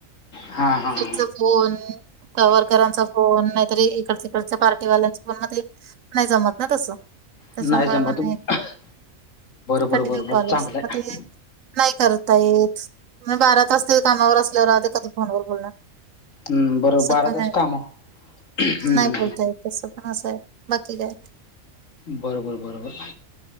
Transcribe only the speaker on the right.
हेडचा फोन कवरकरांचा फोन नाहीतरी इकडचे पार्टीवाल्यांचं मग नाही नाय जमत ना तसं त्याच्यामुळे
मला
कंटिन्यू
कल
असत
मग ते नाही करता काहीच बारा तास ते कामावर असल्यावर आध कधी फोनवर बोलणार
असं
पण
आहे
ना.
नाही तसं पण आहे बाकी काय